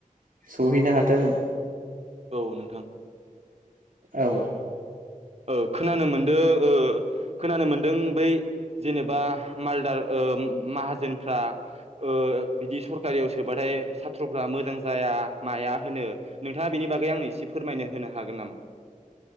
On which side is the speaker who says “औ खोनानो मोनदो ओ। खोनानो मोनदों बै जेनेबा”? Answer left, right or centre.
Right